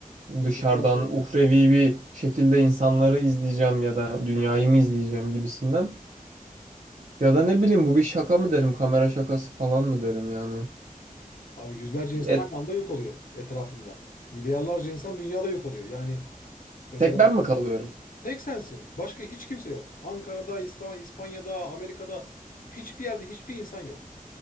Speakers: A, on the left; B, on the right.
A: öldükten
B: dışarıdan
A: sonra
B: uhrevi bir şekilde insanları izleyeceğim ya da dünyayı mı izleyeceğim gibisinden. Ya da ne bileyim bu bir şaka mı derim, kamera şakası falan mı derim yani.
A: abi yüzlerce
B: E,
A: insan aynı anda yok oluyor etrafında. Milyarlarca insan dünyada yok oluyor. Yani Mesela
B: tek ben mi kalıyorum?
A: tek sensin. Başka hiç kimse yok. Ankara'da, İsta- İspanya'da, Amerika'da hiçbir yerde hiçbir insan yok.